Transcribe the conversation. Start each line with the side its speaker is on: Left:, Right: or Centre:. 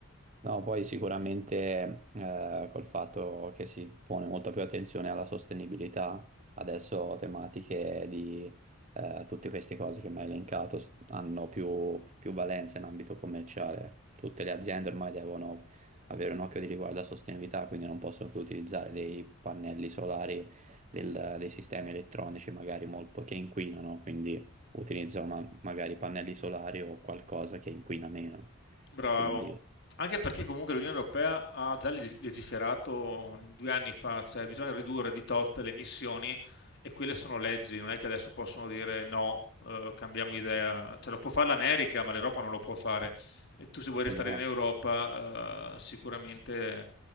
Right: No, poi sicuramente eh, col fatto che si pone molta più attenzione alla sostenibilità, adesso tematiche di eh, tutte queste cose che mi hai elencato s- hanno più, più valenza in ambito commerciale. Tutte le aziende ormai devono avere un occhio di riguardo alla sostenibilità, quindi non possono più utilizzare dei pannelli solari, del- dei sistemi elettronici magari molto che inquinano, quindi utilizzano ma- magari pannelli solari o qualcosa che inquina meno.
Left: Bravo.
Right: Quindi,
Left: Anche perché comunque l'Unione Europea ha già leg- legiferato due anni fa, cioè bisogna ridurre di tot le emissioni e quelle sono leggi, non è che adesso possono dire no, eh, cambiamo idea, cioè lo può fare l'America, ma l'Europa non lo può fare. E tu se vuoi restare
Right: esatto.
Left: in Europa, eh, sicuramente